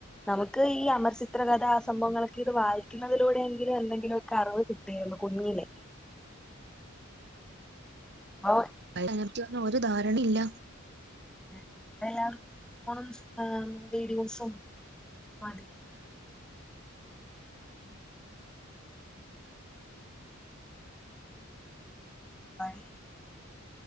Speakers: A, in the centre; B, on the right.
A: നമുക്ക് ഈ അമർച്ചി ച്ചിത്രകഥാ സംഭവങ്ങളൊക്കെ ഇത് വായിക്കുന്നതിലൂടെയെങ്കിലും എന്തെങ്കിലുവൊക്കെ അറിവ് കിട്ടേരുന്നു കുഞ്ഞിലെ അപ്പൊ
B: അയിനെപറ്റി ഒന്നും ഒരു ധാരണയില്ല
A: ഇപ്പൊ എല്ലാവർക്കും ഫോണും വീഡിയോസും മതി മതി